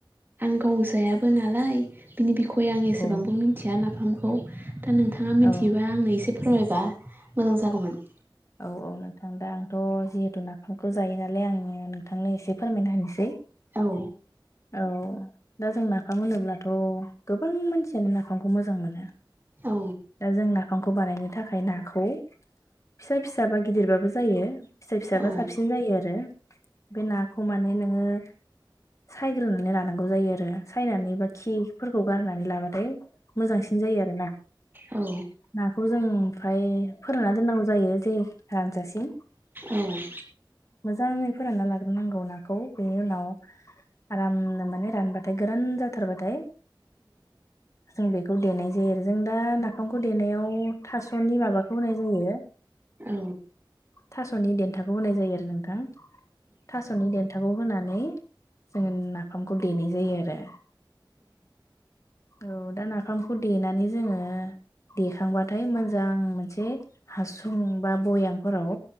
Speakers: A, on the right (about 25°); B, on the left (about 40°).
A: आं गाव जायाबो नालाय बिनि बि खय आं एसेबांबो
B: औ
A: मिथिया नाफामखौ दा नोंथाङा मिथियोबा
B: औ
A: आंनो एसे फोरमायबा? मोजां जागौमोन।
B: औ औ नोंथां दा आंथ' जिहेथु ना फामखौ जायो नालाय आङो नोंथांनो एसे फोरमायना होनोसै।
A: औ
B: औ दा जों नाफाम होनोब्लाथ' गोबां मानसियानो नाफामखौ मोजां मोनो
A: औ
B: दा जों नाफामखौ बानायनो थाखाय नाखौ फिसा फिसाबा गिदिरबाबो जायो फिसा फिसाबा
A: औ
B: साबसिन जायो आरो बे नाखौ माने नोङो सायग्रोनानै लानांगौ जायो आरो सायनानै बा खिफोरखौ खौ गारनानै लाबाथाय मोजांसिन जायो आरोना
A: औ
B: नाखौ जों ओमफ्राय फोरानना दोननांगौ जायो जानजासिम
A: औ औ
B: मोजाङै फोरानना लाग्रोनांगौ नाखौ बेनि उनाव आरामनो माने रानबाथाय गोरान जाथारबाथाय जों बेखौ देनाय जायो आरो। जों दा नाफामखौ खौ देनायाव थास'नि माबाखौ होनाय जायो
A: औ
B: थास'नि देन्थाखौ होनाय जायो आरो नोंथां थास'नि देन्थाखौ होन होनानै जोङो नाफामखौ देनाय जायो आरो औ दा नाफामखौ देनानै जोङो देखांबाथाय मोजां मोनसे हासुं बा बयामफोराव